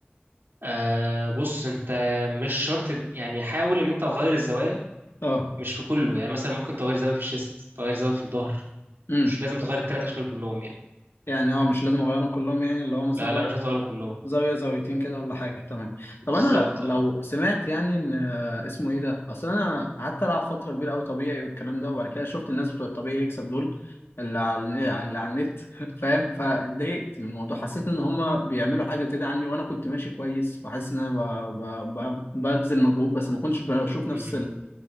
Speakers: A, on the right (about 65°); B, on the left (about 75°).
A: آه بص انت مش شرط يعني حاول ان انت تغير الزوايا
B: اه
A: مش في كله يعني مثلا ممكن تغير زاوية في الشيست تغير زاوية في الظهر
B: امم
A: مش لازم تغير التلات أشكال كلهم يعني
B: يعني اه مش لازم اغيرهم كلهم يعني اللي هو مثلا
A: لا لا مش لازم تغيرهم كلهم
B: زاوية زاويتين كده ولا حاجة تمام
A: بالظبط
B: طب أنا لو
A: اه
B: سمعت يعني إن آه، اسمه إيه ده أصل أنا قعدت ألعب فترة كبيرة أوي طبيعي والكلام ده وبعد كده شفت الناس بتوع الطبيعي يكسب دول اللي على اللي على النت <laughs> فاهم فاتضايقت من الموضوع حسيت إن هما بيعملوا حاجة زيادة عني وأنا كنت ماشي كويس وحاسس إن أنا ب- ب- ب- ببذل مجهود بس ما كنتش بشوف نفس
A: أمم.